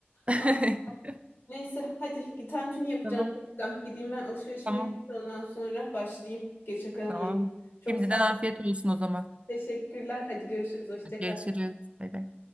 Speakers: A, on the right; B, on the left.
A: <laughs>
B: Aa, neyse hadi tantuni yapacağım.
A: Tamam.
B: Ben gideyim ben alışverişimi
A: Tamam.
B: yapayım da ondan sonra başlayayım. Geçe kalmayayım.
A: Tamam.
B: Çok
A: Şimdiden
B: sağ
A: afiyet
B: ol.
A: olsun o zaman.
B: Teşekkürler. Hadi görüşürüz. Hoşça kal.
A: Görüşürüz. Bay bay.